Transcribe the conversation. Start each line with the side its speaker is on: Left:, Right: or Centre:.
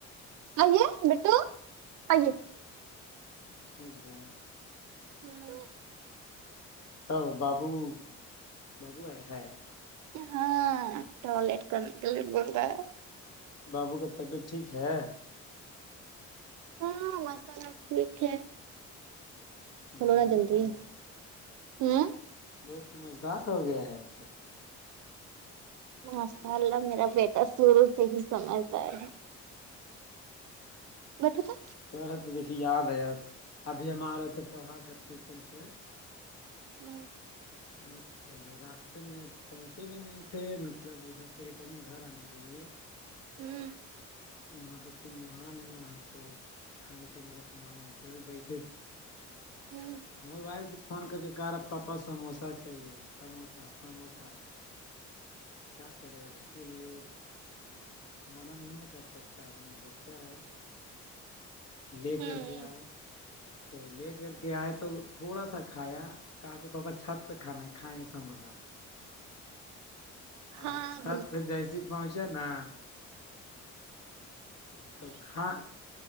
Right: ائیے بیٹو ائیے
Left: سمجھ گیا
Right: ہاں
Left: ہاں بابو بابو ہے ہے
Right: ہاں ٹوائلٹ کرنے کے لیے بول رہا ہے
Left: بابو کا طبیعت ٹھیک ہے
Right: ہاں مسا سب ٹھیک ہے کنا
Left: بولنے
Right: جند
Left: لگا
Right: ہوں
Left: بہت سمجھدار ہو گیا ہے ایسا
Right: ماشاء اللہ میرا بیٹا شروع سے ہی سمجھدار ہے بٹوں تھا
Left: تو تو دیکھیے یاد ہے ابھی ہم آ رہے تو پڑھا کر ٹیوشن سے
Right: ہوں
Left: مک راستے میں پہنچے بھی نہیں تھے مطلب ادھر سے ریٹرننگ گھر آنے کے لیے
Right: ہوں
Left: وہاں پہ تین مہان ہیں وہاں پہ کھانے پینے کا سامان ملتا بیٹھے تھے
Right: ہوں
Left: موبائل سے فون کر کے کہا رہا پاپا سموسا چاہیے سموسا سموسا کیا کرے اب اس کے لیے منع نہیں ن کر سکتا آدمی بچہ ہے لے
Right: ہوں
Left: کر کے آئے تو لے کر کے آئے تو تو تھوڑا سا کھایا کہ کہ پاپا چھت پہ کھانا ہے کھائیں گے سموسا ہ
Right: ہاں
Left: چھت
Right: بول
Left: پہ جیسی پہنچے نا تو کاں